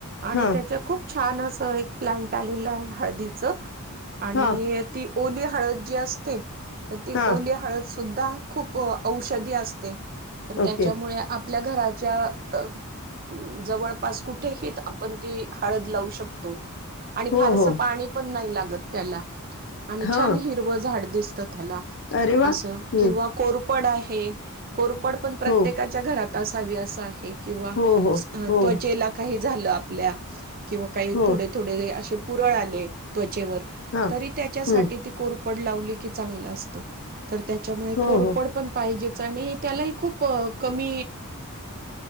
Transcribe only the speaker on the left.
हां,
हां.
हां,
ओके.
हो,
हो.
हां.
अरे वाह! हं.
हो,
हो, हो,
हो,
हो.
हां. हं.
हो,
हो.